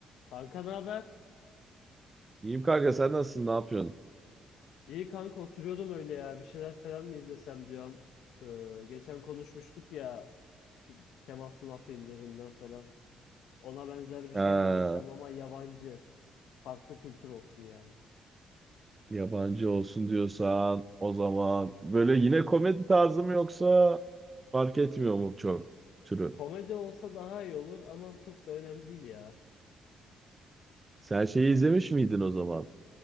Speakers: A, on the left; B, on the right.
A: Kanka ne haber?
B: İyiyim kanka sen nasılsın ne yapıyorsun?
A: İyi kanka oturuyordum öyle ya. Bir şeyler falan mı izlesem diyorum. Ee, geçen konuşmuştuk ya tü- Kemal Sunal filmlerinden falan. Ona benzer bir
B: Ha,
A: şey mi izlesem ama yabancı. Farklı kültür olsun yani.
B: yabancı olsun diyorsan o zaman böyle yine komedi tarzı mı yoksa fark etmiyor mu çok türü?
A: Komedi olsa daha iyi olur ama çok da önemli değil ya.
B: Sen şeyi izlemiş miydin o zaman?